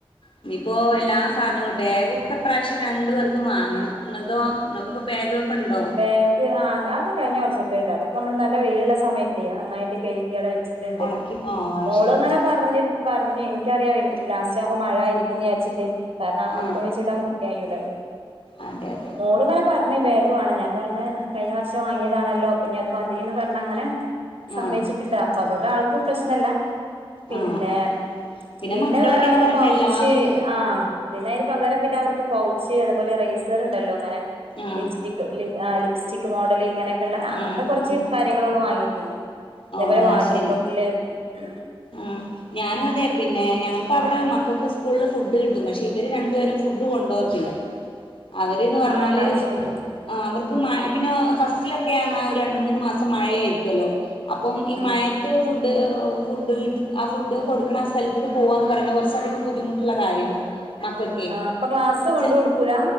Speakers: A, on the left; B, on the right.
A: ഇഞ്ഞിപ്പോ എല്ലാ സാധനങ്ങളും ബാഗൊക്കെ ഇപ്രാവശ്യം രണ്ടു പേർക്കും വാങ്ങണം. ഇങ്ങൾതോ? ബങ്ങൾക്കൊക്കെ ബാഗ് പ്പണ്ടോ?
B: ബാഗ് ആ അതക്കെ കഴിഞ്ഞ വർഷത്തേണ്ട് അതൊക്കെ നമ്മള് നല്ല വെയില്ള്ള സമയത്തേ നന്നായിട്ട് കഴുകി അഒടെ വെ ച്ച്ട്ട്ണ്ട്
A: ഉണക്കി ആ അത്
B: മോള്
A: ശരി
B: ഇങ്ങനെ പർഞ്ഞ് പർഞ്ഞ് ഇൻക്കറിയാം വെ ലാസ്റ്റ് ആകുമ്പോ മഴ ആയിരിക്കുംന്ന് വിചാരിട്ട് കാരണം
A: ആ
B: അപ്പ വെച്ചിട്ട് നമ്മക്ക് <unintelligible>
A: അതെ അതെ
B: ഓള്ങ്ങനെ പർഞ്ഞ് ബാഗ് വേണം ഞാൻ പർഞ്ഞ് കഴിഞ്ഞ വർഷം വാങ്ങിയതാണല്ലോ ഇപ്പഞ്ഞ് അത് മതിന്ന് പർഞ്ഞ് അങ്ങനെ സമ്മയ്ച്ചിട്ട്ണ്ട
A: ആ
B: അപ്പ അതുകൊണ്ട് ആൾക്ക് പ്രശ്നല്ല. പിന്നെ
A: ആ ആ
B: പിന്നെ
A: മക്കളൊക്കെന്ന്
B: വേ വേറെ
A: പറയുമ്പോ
B: പൗച്ച്
A: എല്ലാവരും
B: ആ പിന്നെ അ പകരം പിന്നെ അവർക്ക് പൗച്ച് അതേപോലെ റൈസർ ഇണ്ടല്ലോ ഇങ്ങനെ
A: ആ
B: ലിപ്സ്റ്റി ഹ് ലി ആ ലിപ്സ്റ്റിക്ക് മോഡല് ഇങ്ങനെയക്കെളേള അങ്ങൻത്തെ
A: ആ
B: കൊർച്ച്
A: ആ
B: കാര്യങ്ങള് ഓള് വാങ്ങിക്ക്ണ്. അതേപോലെ
A: ഓ
B: വാട്ടർ
A: അത് ശരി
B: പോർട്ടിൽ ഉം
A: ആഹ് ഞാനും അതെ പിന്നെ ഞങ്ങക്ക് അവടെ മക്കക്ക് സ്കൂളിൽ ഫുഡ് കിട്ടും പക്ഷെ ഇവര് രണ്ട് പേരും ഫുഡ് കൊണ്ടോകത്തില്ല. അവര്ന്ന് പർഞ്ഞാല്
B: ആ അത് ശരിയാ
A: ആ അവർക്ക് മ പിന്നെ ഫസ്റ്റിലൊക്കേന്ന ഒര് രണ്ട്, മൂന്ന് മാസം മഴയായിരിക്കല്ലോ. അപ്പം ഈ
B: ആ
A: മഴത്ത് ഫുഡ് ഹ് ഓ ഫുഡ് വീട്ട് ആ ഫുഡ് കൊട്ക്ക്ണ ആ സ്ഥൽത്ത്ക്ക് പോവാന്ന് പറയ്ണെ കൊർച്ചധികം ബുദ്ധിമുട്ട്ള്ള കാര്യാണ്. മക്കക്കെ
B: ആ അപ്പൊ ക്ലാസ്
A: അപ്പ
B: കൊണ്ട്
A: ചെ
B: കൊടുക്കൂല